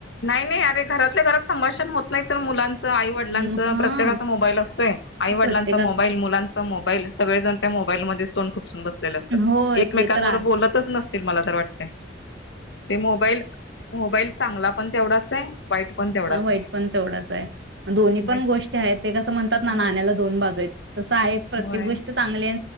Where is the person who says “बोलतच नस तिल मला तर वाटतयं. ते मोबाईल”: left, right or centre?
Left